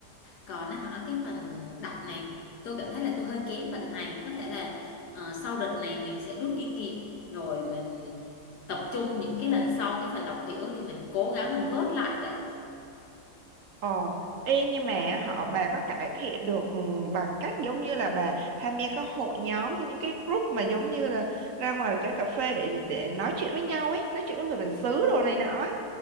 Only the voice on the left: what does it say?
còn nó hỏi cái phần đọc này tôi cảm thấy là tôi hơi kém phần này có thể là ờ, sau đợt này mình sẽ rút kinh nghiệm rồi mình tập trung những cái lần sau cái phần đọc hiểu thì mình cố gắng mình vớt lại vậy